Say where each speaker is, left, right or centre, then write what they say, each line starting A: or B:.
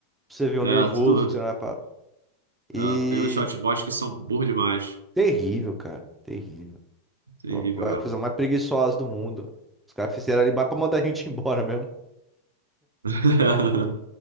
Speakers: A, in the centre; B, on the right.
A: Pra você ver o
B: É,
A: nervoso
B: tudo.
A: que você vai E
B: é, tem uns chatbots que são burro demais.
A: terrível, cara. Terrível.
B: Terrível
A: A
B: mesmo.
A: a coisa mais preguiçosa do mundo. Os caras fizeram ali mais pra mandar a gente embora mesmo.
B: <laughs>